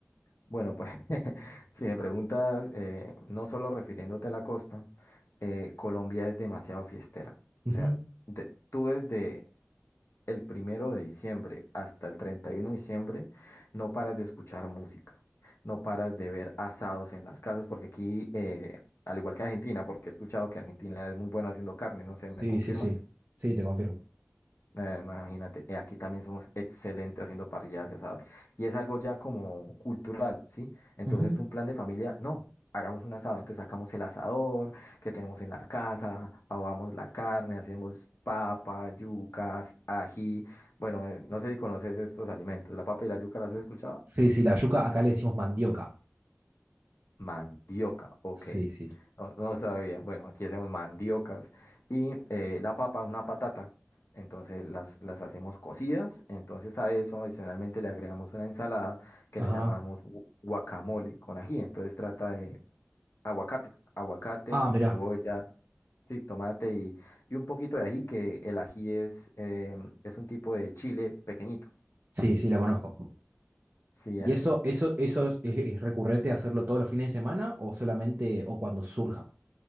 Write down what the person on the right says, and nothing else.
Ujú.
Sí,
sí, sí. Sí, te confirmo.
Ujú.
Sí, sí, la yuca acá le decimos mandioca.
Sí, sí.
Ajá.
Ah,
mira.
Sí, sí, la conozco.
¿Y
eso, eso, eso es, es recurrente hacerlo todos los fines de semana o solamente o cuando surja?